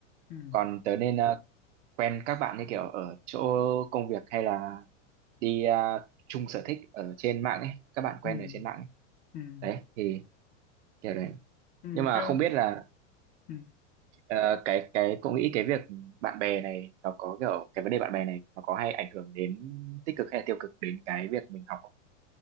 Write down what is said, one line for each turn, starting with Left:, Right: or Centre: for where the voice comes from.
Left: ừ,
Right: còn tớ nên ờ, quen các bạn như kiểu ở chỗ công việc hay là đi ờ, chung sở thích ở trên mạng ấy các bạn quen
Left: ừ,
Right: ở trên mạng ấy.
Left: ừ, ừ,
Right: đấy thì kiểu đấy
Left: ừ,
Right: nhưng
Left: ok.
Right: mà không biết là
Left: Ừ.
Right: ờ, cái cái cậu nghĩ cái việc bạn bè này nó có kiểu cái vấn đề bạn bè này nó có hay ảnh hưởng đến tích cực hay là tiêu cực đến cái việc mình học không?